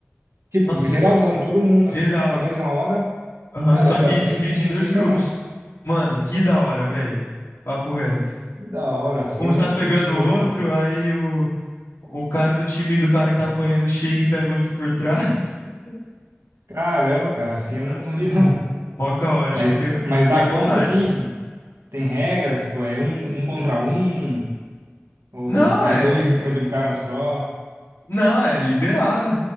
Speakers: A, on the right; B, on the left.
A: tipo,
B: Nossa,
A: geralzão, todo mundo assim,
B: geral.
A: na mesma hora?
B: Aham,
A: Caramba,
B: só que
A: assim
B: divide
A: eu não, não
B: em dois
A: vi ainda
B: grupos.
A: não.
B: Mano, que da hora, velho. Papo reto.
A: Da hora, assim,
B: Um
A: eu
B: tá
A: não,
B: pegando
A: não cheguei
B: o outro,
A: a ver, não.
B: aí o, o cara do time do cara que tá apanhando chega e pega o outro por trás. <laughs>
A: Caramba, cara, assim, eu
B: Nossa,
A: não, não vi,
B: mano.
A: <laughs> não.
B: Mó caótico.
A: Mas,
B: Eu Tenho,
A: mas dá
B: tenho vontade.
A: conta, assim, tipo, tem regras, tipo, é um, um contra um, ou,
B: Não,
A: tipo, vai
B: é.
A: dois em cima de um cara só.
B: Não, é liberado.